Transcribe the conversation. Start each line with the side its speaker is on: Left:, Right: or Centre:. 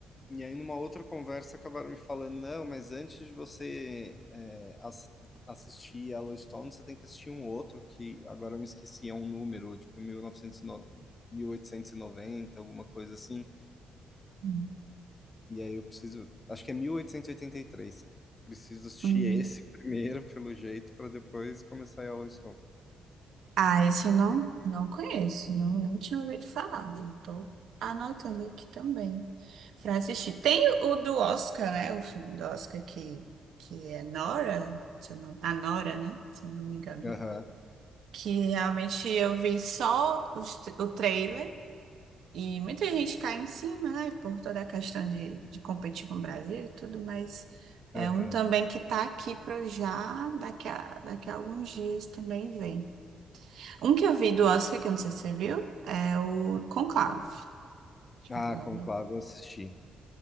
Left: E aí, numa outra conversa, acabaram me falando, não, mas antes de você é, ass- assistir Yellowstone, você tem que assistir um outro, que agora eu me esqueci, é um número, tipo mil mil novecentos e no- 1890 alguma coisa assim.
Right: Hum.
Left: E aí eu preciso, acho que é mil oitocentos e e oitenta e três Preciso assistir
Right: Hum.
Left: esse <laughs> primeiro, pelo jeito, para depois começar Yellowstone.
Right: Ah, esse eu não, não conheço, não, nem tinha ouvido falar. Já tô anotando aqui também para assistir. Tem o do Oscar, né? O filme do Oscar que, que é Nora, se eu não, a Nora, né? Se eu não me engano.
Left: Aham,
Right: Que realmente eu vi só os tra- o trailer e muita gente cai em cima, né? Por toda a questão de, de competir com o Brasil e tudo, mas é
Left: aham.
Right: um também que tá aqui para já daqui a, daqui a alguns dias também ver. Um que eu vi do Oscar, que eu não sei se você viu, é o Conclave. Chegou
Left: Ah,
Right: a
Left: Conclave
Right: ver.
Left: eu assisti.